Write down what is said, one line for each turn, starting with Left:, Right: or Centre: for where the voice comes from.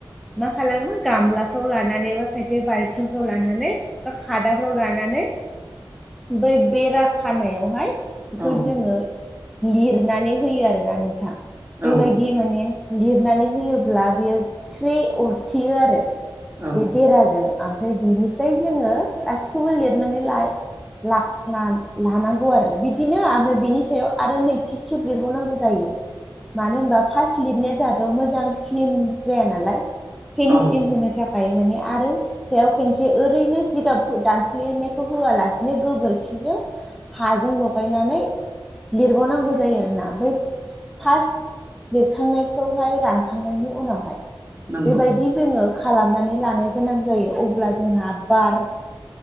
Centre: मा खालामो गामलाफ्राव लानानै एबा खायफाया बाल्थिंफ्राव लानानै बा खादाफ्राव लानानै बै बेरा खानायाव बेखौ
Right: औ
Centre: जोङो लिरनानै होयो आरोना नोंथां
Right: औ
Centre: बेबाय बिदि माने लिरनानै होयोब्ला बियो ख्रे अरथेयो आरो
Right: औ
Centre: बे बेराजों ओमफ्राय बेनिफ्राय जोङो गासिखौबो लिरनानै ला ला ला लानां गौ आरो बिदिनो मफ्राय बेनि सायाव आरो नैथि खेब लिरबावनांगौ जायो मानो होनबा फार्स्ट लिबनाया जोंहाथ' मोजां स्लिम जाया नालाय फिनिसिं
Right: औ
Centre: होनो थाखाय माने आरो सायाव खेनसे ओरैनो जिगाब दानफ्लेनायखौ होआलासिनो गोबोरखिजों हाजों लगायनानै लिरबावनांगौ जायो आरोना बै फार्स्ट लिरखांनायखौहाय रानखांनायनि उनावहाय
Right: नंगौ
Centre: बेबायदि जोङो खालामनानै लानो गोनां जायो अब्ला जोंहा बार